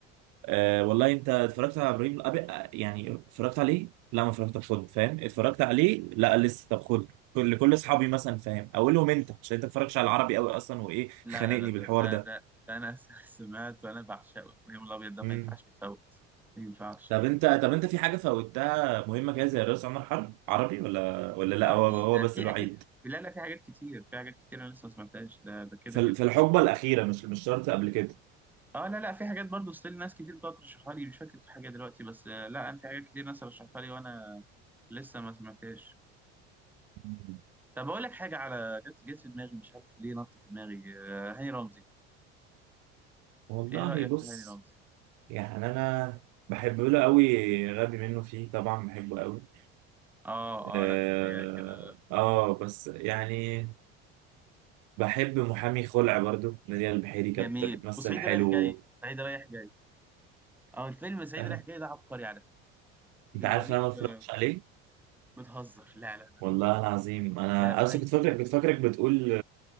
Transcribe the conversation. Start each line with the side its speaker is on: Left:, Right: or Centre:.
Right: آه والله انت اتفرجت على ابراهيم الابيض آه، يعني اتفرجت عليه لا ما اتفرجت طب خد فاهم اتفرجت عليه لا لسه طب خد كل كل اصحابي مثلا فاهم اقول لهم انت عشان انت ما بتتفرجش على العربي قوي اصلا وايه
Centre: لا
Right: خانقني
Centre: لا لا ده
Right: بالحوار
Centre: ده,
Right: ده
Centre: ده, ده انا <laughs> سمعت وانا بعشقه ابراهيم الابيض ده
Right: امم
Centre: ما ينفعش يتفوت ما ينفعش
Right: طب انت طب انت في حاجه فوتها مهمه كده زي الرئيس عمر حرب عربي ولا ولا لا
Centre: اكيد
Right: هو هو
Centre: ده
Right: بس
Centre: في
Right: الوحيد
Centre: اكيد لا لا في حاجات كتير في حاجات كتير انا لسه ما سمعتهاش ده ده كده
Right: في
Centre: كده
Right: ال- في الحقبه الاخيره مش مش شرط قبل كده
Centre: اه لا لا في حاجات برضو ستيل ناس كتير بتقعد ترشحها لي مش فاكر حاجه دلوقتي بس آه، لا انا في حاجات كتير ناس رشحتها لي وانا لسه ما سمعتهاش
Right: مم.
Centre: طب اقول لك حاجه على جت جت في دماغي مش عارف ليه نط في دماغي آه، هاني رمزي
Right: والله
Centre: ايه رايك
Right: بص
Centre: في هاني رمزي
Right: يعني انا بحب له قوي غبي منه فيه طبعا بحبه قوي
Centre: اه
Right: اه
Centre: اه لا دي حاجه كده
Right: آه، بس يعني بحب محامي خلع برضو نادية البحيري
Centre: جميل
Right: كانت بتمثل
Centre: وسعيد
Right: حلو
Centre: رايح جاي سعيد رايح جاي اه الفيلم سعيد
Right: آه.
Centre: رايح جاي ده عبقري على فكره بيوريك
Right: انت عارف ان انا ما اتفرجتش
Centre: آه،
Right: عليه
Centre: بتهزر لا لا لا
Right: والله العظيم انا
Centre: لا فايتك
Right: اصلا كنت فاكرك
Centre: على
Right: كنت
Centre: فكره
Right: فاكرك بتقول